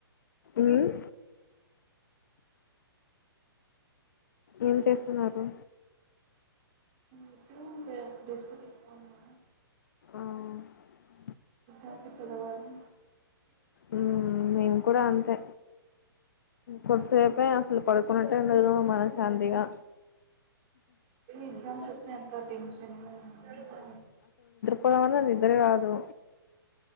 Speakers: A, on the left (about 50°); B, on the right (about 25°).
A: ఊ హ్ ఏం చేస్తున్నారూ
B: ఊకే అంటే రెస్ట్ తీసుకున్నా
A: ఆ ఆ
B: బ్యాంకి చదవాలి
A: ఊఁ మేం కూడా అంతే కొద్సేపే అసలు పడుకున్నట్టే ఉండదు మనశాన్తిగా
B: ఎక్సామ్స్ వస్తయ్ అక్కా టెన్షను అంతా
A: పోదామన్న నిద్రేరదు